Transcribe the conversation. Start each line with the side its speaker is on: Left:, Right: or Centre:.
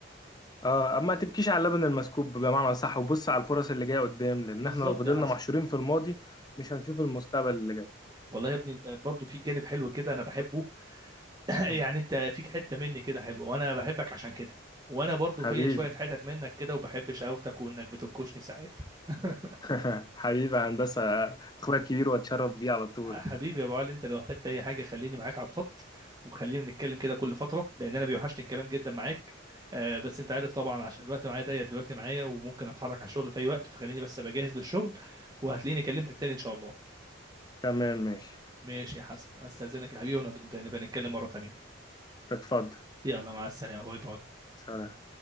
Left: اه اما تبكيش على اللبن المسكوب بمعنى صح وبص على الفرص اللي جاية قدام لأن
Right: بالظبط
Left: احنا لو فضلنا
Right: يا حسن
Left: محشورين في الماضي مش هنشوف المستقبل اللي جاي
Right: والله يا ابني انت برضه في جانب حلو كده انا بحبه <laughs>
Left: <laughs>
Right: يعني انت فيك حته مني كده حلوه وانا بحبك عشان كده وانا برضو
Left: حبيبي
Right: فيا شويه حتت منك كده وبحب شقاوتك وانك بتنكشني ساعات <laughs>
Left: <laughs> حبيبي يا هندسة آه، أخويا الكبير وأتشرف بيه على طول
Right: حبيبي يا ابو علي انت لو احتجت اي حاجه خليني معاك على الخط وخلينا نتكلم كده كل فتره لان انا بيوحشني الكلام جدا معاك آه بس انت عارف طبعا عشان الوقت معايا ضيق دلوقتي معايا وممكن اتحرك على الشغل في اي وقت فخليني بس بجهز للشغل وهتلاقيني كلمتك تاني ان شاء الله
Left: تمام ماشي
Right: ماشي يا حسن استاذنك يا حبيبي ونبقى نبقى نتكلم مره تانيه
Left: اتفضل
Right: يلا مع السلامه باي باي
Left: سلام